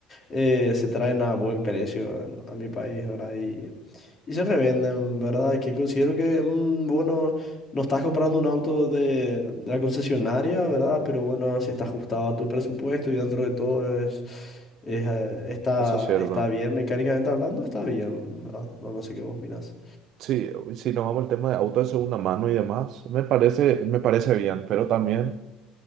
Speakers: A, on the left; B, on the right.
A: eh, se traen a buen precio en- a mi país, ¿verdad? Y, y se revenden, ¿verdad? Que considero que, mm, bueno, no estás comprando un auto de, de la concesionaria, ¿verdad? Pero bueno, si está ajustado a tu presupuesto y dentro de todo es, es, eh, está,
B: Eso es cierto.
A: está bien, mecánicamente hablando, está bien, ¿verdad? No, no sé qué vos opinás.
B: Sí, si nos vamos al tema de auto de segunda mano y demás, me parece, me parece bien, pero también